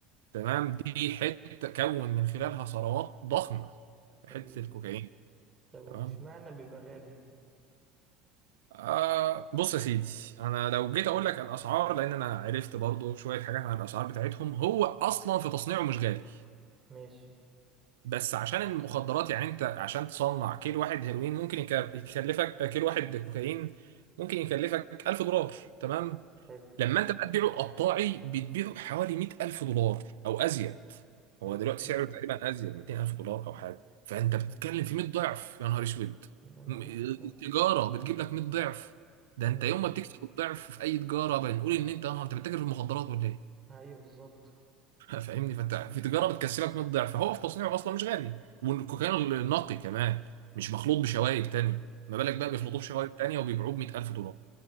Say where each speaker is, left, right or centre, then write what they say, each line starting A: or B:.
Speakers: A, on the right (about 85°); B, on the right (about 25°).
A: تمام دي حته كون من خلالها ثروات ضخمه
B: طبيعي
A: حته الكوكايين
B: طب ومش
A: تمام
B: معنى بيبقى غالي
A: آه بص يا سيدي انا لو جيت اقول لك الاسعار لان انا عرفت برضو شويه حاجات عن الاسعار بتاعتهم هو اصلا في تصنيعه مش غالي
B: ماشي
A: بس عشان المخدرات يعني انت عشان تصنع كيلو واحد هيروين ممكن يك- يكلفك كيلو واحد كوكايين ممكن يكلفك 1000 دولار تمام
B: حلو
A: لما انت بقى تبيعه قطاعي بتبيعه بحوالي 100000 دولار او ازيد هو
B: حلو
A: دلوقتي
B: الكلام
A: سعره تقريبا ازيد 200000 دولار او حاجه فانت بتتكلم
B: مم.
A: في 100 ضعف يا نهار اسود
B: يا نهار
A: م-
B: اسود فعلا
A: التجاره بتجيب لك 100 ضعف ده
B: مم.
A: انت يوم ما بتكسب الضعف في اي تجاره بنقول ان انت يا نهار انت بتتاجر في المخدرات ولا ايه
B: ايوه بالظبط
A: <laughs> فاهمني فانت في تجاره بتكسبك 100 ضعف فهو في تصنيعه اصلا مش غالي والكوكايين النقي كمان مش مخلوط بشوائب تاني ما بالك بقى
B: ايوه
A: بيخلطوه بشوائب تانيه وبيبيعوه ب 100000 دولار